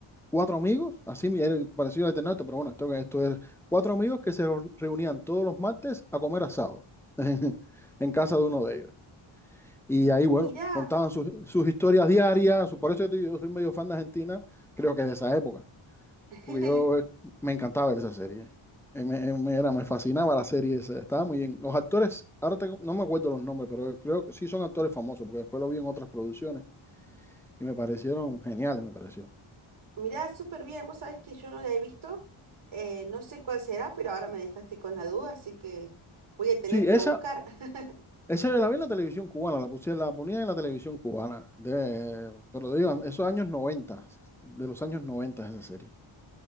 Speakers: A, in the centre; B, on the right.
A: cuatro amigos, así me- era parecido al Eternauta, pero bueno, esto, esto es cuatro amigos que se reu- reunían todos los martes a comer asado <laughs> en casa de uno de ellos. Y ahí, bueno,
B: Mirá,
A: contaban sus, sus historias diarias. su- por eso yo te digo, yo soy medio fan de Argentina, creo que de esa época.
B: <laughs>
A: Porque yo eh, me encantaba ver esa serie. Eh, Me, eh, me- era, me fascinaba la serie esa, estaba muy bien. Los actores, ahora tengo- no me acuerdo los nombres, pero creo que sí son actores famosos, porque después lo vi en otras producciones y me parecieron geniales, me pareció.
B: mirá, súper bien. Vos sabés que yo no la he visto, eh, no sé cuál será, pero ahora me dejaste con la duda, así que voy a tener
A: Sí,
B: que
A: esa,
B: buscar. <laughs>
A: esa yo la vi en la televisión cubana, la puse, la ponía en la televisión cubana, de, pero digan, esos años 90, de los años 90 esa serie.